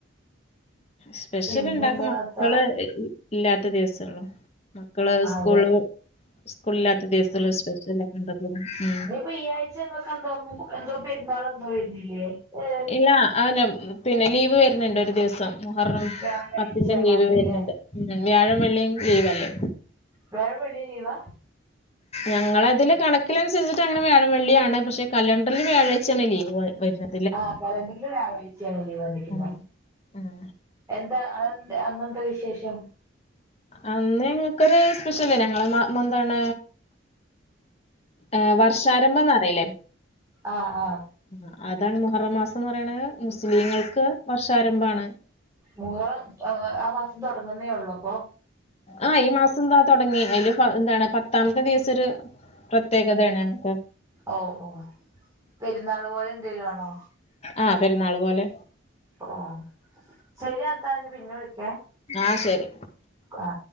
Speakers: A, on the left; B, on the right.
A: സ്പെഷ്യൽ
B: പിന്നെന്താ
A: ഇണ്ടാക്ക മക്കള്
B: താത്ത
A: ഇ ഇ ഇല്ലാത്ത ദിവസങ്ങള മക്കള്
B: അതെ
A: സ്കൂള് സ്കൂളില്ലാത്ത ദിസോൾ സ്പെഷ്യലൊക്കെ ഇണ്ടാ കൊള്ളൂ ഉം
B: ഇപ്പ ഈ ആഴ്ച്ച ഇങ്ങക്ക് എന്തോ മു എന്തോ പെര്ന്നാൾ എന്തോ വര്ന്നില്ലേ ഏഹ്
A: ഇല്ല ആനം പിന്നെ ലീവ് വര്ന്ണ്ട് ഒരു ദിവസം മുഹറം
B: വ്യാഴാഴ്ച
A: പത്തിന്റെ
B: എങ്ങാണ്ട്
A: ലീവ് വര്ന്ന്ണ്ട്
B: ല്ലേ
A: ഉം വ്യഴം വെളളിം ലീവല്ലേ
B: വ്യാഴം വെള്ളിം ലീവാ
A: ആ ഞങ്ങളെതില് കണക്കിൽ അനുസരിച്ചിട്ട് അങ്ങനെ വ്യാഴം വള്ളിയാണ് പക്ഷെ കലണ്ടറിൽ വ്യാഴാഴ്ച്ചേണ് ലീവ് വ വര്ന്ന്
B: ആഹ് കലണ്ടറിൽ വ്യഴാഴ്ച്ചേണ് ലീവ് വന്നിരിക്ന്നേ
A: ഉം ഉം
B: എന്താ അത് അന്നെന്താ വിശേഷം
A: അന്ന് ഞങ്ങക്കൊര് സ്പെഷ്യല് ഞങ്ങള മ മന്താൺ ഏഹ് വ ർഷാരംഭം ന്നറീലേ
B: ആഹ് ആഹ്
A: ആഹ് അതാണ് മുഹറ മാസന്ന് പറിണത് മുസ്ലിങ്ങൾക്ക് വർഷാരംഭാണ്
B: മുഹറം ആ മാസം തൊടങ്ങുന്നേ ഒള്ളോ അപ്പൊ
A: ആഹ് ഈ മാസം ന്താ തൊടങ്ങി അതില് പ എന്താണ് പത്താമത്തെ ദിവസൊര് പ്രത്യേകതേണ് ഞങ്ങക്ക്
B: ഓഹ് ഓഹ് പെരുന്നാള് പോലെ എന്തേലു ആണോ
A: ആഹ് പെരുന്നാൾ പോലെ
B: ഓഹ് ശരിയാത്ത ഞ് പിന്ന വിളിക്കേ
A: ആഹ് ശരി
B: ആ